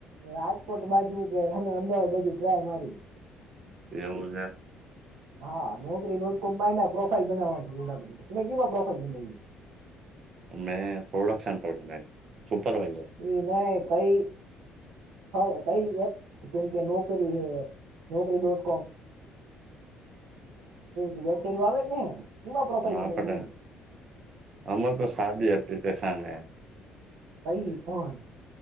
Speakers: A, on the right; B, on the right.
A: રાજકોટ બાજુ કે અને અમદાવાદ બાજુ ટ્રાય મારી
B: એવું છે
A: હા નોકરી ડોટ કોમમાં એને પ્રોફાઈલ બનાવાની તમે કેમાં પ્રોફાઈલ બનાયવી
B: અમે થોડા <unintelligible> સુપરવાઈઝર
A: ઈ ને કઈ હા કઈ એપ કેમ કે નોકરી હે નોકરી ડોટ <unintelligible> વેબસાઇટ આવે ને કેમાં પ્રોફાઇલ
B: ના
A: બનાવી
B: પડે અમર તો સાદી એપ્લિકેશન હે
A: કહી કોણ